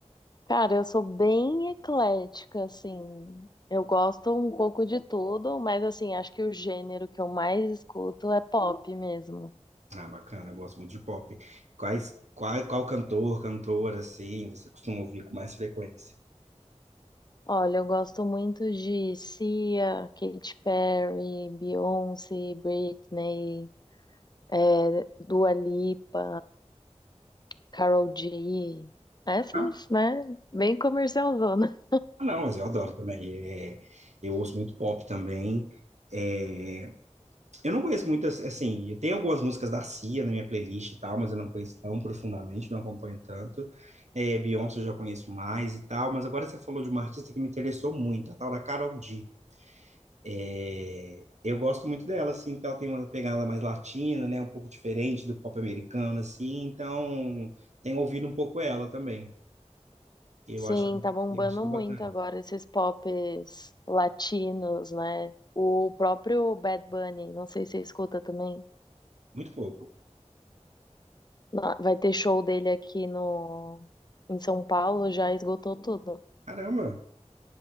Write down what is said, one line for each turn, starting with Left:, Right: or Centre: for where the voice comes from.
Left: Cara, eu sou bem eclética, assim. Eu gosto um pouco de tudo, mas assim, acho que o gênero que eu mais escuto é pop mesmo.
Right: Ah, bacana, eu gosto muito de pop. Quais, qual, qual cantor, cantora, assim, você costuma ouvir com mais frequência?
Left: Olha, eu gosto muito de Cia, Katy Perry, Beyoncé, Britney, é, Dua Lipa, Karol G. Essas,
Right: Ah,
Left: né? Bem comercialzona.
Right: não, mas eu adoro também. Eh, eu ouço muito pop também. É, Eu não conheço muitas, assim, tem algumas músicas da Cia na minha playlist e tal, mas eu não conheço tão profundamente, não acompanho tanto. É, Beyoncé eu já conheço mais e tal, mas agora você falou de uma artista que me interessou muito, a tal da Karol G. É, eu gosto muito dela, assim, porque ela tem uma pegada mais latina, né, um pouco diferente do pop americano, assim, então tenho ouvido um pouco ela também. Eu
Left: Sim,
Right: acho,
Left: tá bombando
Right: eu acho
Left: muito
Right: bacana.
Left: agora esses pops latinos, né? O próprio Bad Bunny, não sei se você escuta também.
Right: Muito pouco.
Left: na- Vai ter show dele aqui no em São Paulo, já esgotou tudo.
Right: Caramba!